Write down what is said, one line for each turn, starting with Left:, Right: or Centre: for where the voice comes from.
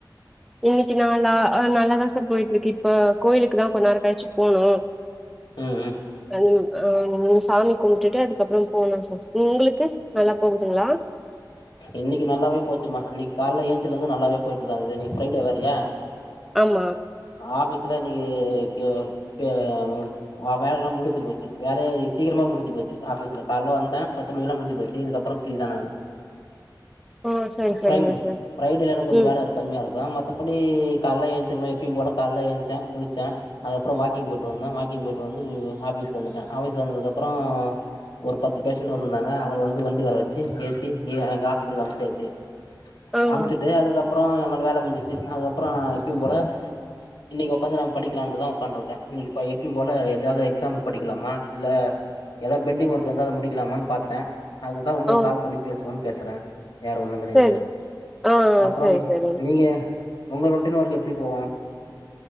Centre: இன்னைக்கி நாளா நல்லாதா சார் போயிட்டு இருக்கு இப்ப கோயிலுக்கு தா கொஞ்ச நேர கழிச்சி போணு
Left: ம் ம்
Centre: ஆ ம் சாமி கும்டுட்டு அதுக்கப்புறம் போனு சார் நீ உங்களுக்கு நல்லா போகுதுங்ளா
Left: இன்னைக்கி நல்லாவே போச்சுமா இன்னைக்கி காலைல ஏஞ்சதுல இருந்து நல்லாவே போயிட்டு தா இருக்குது அது இன்னிக்கி ஃப்ரைடே வேற யா
Centre: ஆமா
Left: ஆபீஸ்ல இன்னைக்கி கே கே அவுங் ஆ வைல எல்லா முடிஞ்சி போச்சு வேலைய சீக்கிரமா முடிஞ்சு போச்சு ஆபீஸ்ல கால்ல வந்தா பத் து மணிக்கெல்லா முடிஞ்சி போச்சி இதுக்கப்றோ ஃப்ரீ தா நானு
Centre: ஆ சரி சரிங்க
Left: சைனு
Centre: சார்
Left: ஃப்ரைடே தா எனக் கொஞ்சோ
Centre: ம்
Left: வேல இருக் கம்மியா இருக்கலா மத்தபடி கால்ல எயிச்சதுமே எப்பேயும் போல கால்ல ஏச்சே குளிச்சே அதுகப்பறோ வாக்கிங் போயிட்டு வந்தே வாக்கிங் போயிட்டு வந்து ஆபீஸ்க்கு வந்துட்டே ஆபீஸ்கு வந்ததுகப்புறோ ஒரு பத்து பேஷண்ட்டு வந்துந்தாங்க அவுங்கள வந்து வண்டி வர வெச்சி ஏத் தி எ எங் ஹாஸ்பிடலுக்கு அம்சாச்சி
Centre: ஆ
Left: அம்ச்சிட்டு அதுகப் அப்றோ என்னோட வேல முஞ்சிச்சி அதுகப்றோ நா எப்பயும் போல இன்னிக்கி ஒக்காந்து நாம் படிக்கலான்ட்டுதா ஒக்கான்டிருக்கே இன்னிக்கி இப்ப எப்பயும் போல எதாது எக்ஸாமுக்கு படிக்கலாமா இல்ல ஏதாவது பெண்டிங் ஒர்க் இருந்தா அத முடிக்கலாமான் பாத்த அதுக்தா உங்களுக்
Centre: ஓ
Left: கால் பண்ணி பேசுவோன் பேசறே வேர ஒன்னு கெடையாது
Centre: சரி ஆ
Left: அப்றோ
Centre: சரி சரிங்க
Left: நீங்க உன்ன ரோட்டின் வொர்க் எப்டி போவோ